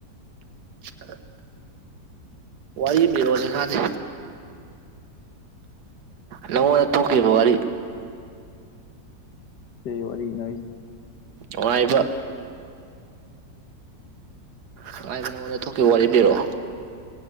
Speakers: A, on the right; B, on the left.
A: <unintelligible> ꯋꯥꯔꯤ ꯑꯃ ꯂꯤꯔꯣꯑꯣꯁꯦ ꯀꯥꯟꯗꯦ ꯅꯪꯉꯣꯟꯗ ꯊꯣꯛꯈꯤꯕ ꯋꯥꯔꯤ
B: ꯇꯦ ꯋꯥꯔꯤꯅꯣ ꯍꯥꯏꯖꯦ꯫
A: ꯑꯋꯥꯏꯕ ꯉꯥꯏꯕ ꯅꯉꯣꯟꯗ ꯊꯣꯛꯈꯤꯕ ꯋꯥꯔꯤ ꯂꯤꯔꯛꯑꯣ